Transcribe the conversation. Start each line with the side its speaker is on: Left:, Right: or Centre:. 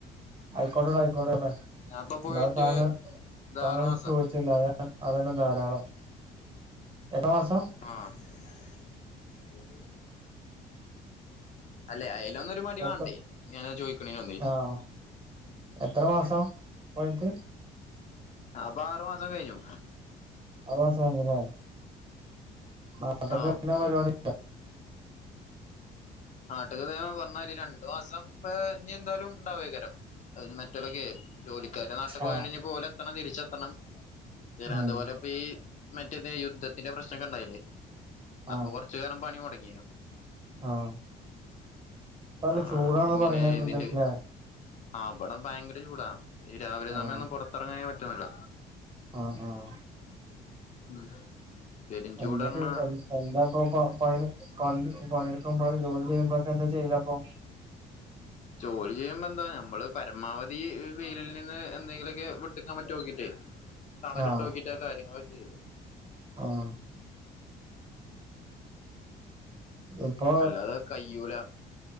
Right: ആയിക്കോട്ടെട ആയിക്കോട്ടെട
Left: ഞാൻ ഇപ്പൊ
Right: എന്നാലും
Left: പോയിട്ട്
Right: താങ്കൾ
Left: ഇതാറ്
Right: താങ്കൾ
Left: മാസം
Right: ചോദിച്ച പിന്ന അതന്നെ അതന്നെ ധാരാളം എത്ര മാസം
Left: ആഹ് അല്ലെ അയിലൊന്നരു മടി
Right: എത്ര
Left: വേണ്ടേ ഞാനത് ചോയ്ക്ണെനോന്നെ
Right: ആഹ് എത്ര മാസം പോയിട്ട്
Left: ആതപ്പൊ ആറു മാസം കഴിഞ്ഞു
Right: ആരുമാസം ആണല്ലേ നാട്ടിലൊക്കെ
Left: ആഹ്
Right: എങ്ങനെ പരുപാടി
Left: നാട്ടുകത ഞാൻ പറഞ്ഞയിരി രണ്ടു മാസം ഇനി എന്തായാലും ണ്ടാവെക്കാരം അതിന് മറ്റലൊക്കെ ജോലിക്കാര് നാട്ട് പോയാണെ
Right: ആഹ്
Left: ഓൽ എത്തണം തിരിച്ചെത്തണം സിറാത്ത്
Right: ഉം
Left: പോലെ ഇപ്പ ഈ മറ്റേത് യുദ്ധത്തിന്റെ പ്രശ്നക്കെ ണ്ടായില്ലേ അപ്പൊ
Right: ആഹ്
Left: കൊറച്ചു നേരം പണി മുടങ്ങീനു
Right: ആഹ് പ്പോ നല്ല
Left: ആഹ്
Right: ചൂടാണ്
Left: ഇങ്ങനെ
Right: പറയണൊക്കേണ്ട്
Left: ഇതിന്റെ
Right: ലെ
Left: ആഹ് ഇവടെ ഭയങ്കര ചൂടാ ഈ രാവിലെ
Right: ആഹ്
Left: സമയൊന്നും പൊറത്തെറങ്ങാനേ പറ്റുന്നില്ല
Right: ആഹ് ആഹ്
Left: ഉം പെരും ചൂടറഞ്ഞാ
Right: എന്തൊക്കെ എ എന്താപ്പൊ പ പണി പണ്ട് പണീടെക്കാൻ പോയാൽ ജോലി ചെയ്യുമ്പോക്കെ എന്താ ചെയ്യല് അപ്പോ
Left: ജോലി ചെയ്യുമ്പ എന്താ ഞമ്മള് പരമാവധി വെയിലിൽ നിന്ന് എന്തെങ്കിലോക്കെ വിട്ട്ക്കാൻ പറ്റോ നോക്കിട്ടേ തണലിട്ട്
Right: ആഹ്
Left: നോക്കിട്ടാ കാര്യങ്ങളൊക്കെ ചെയ്യല്
Right: ആഹ് ഇപ്പൊ
Left: അല്ലാതെ കയ്യൂല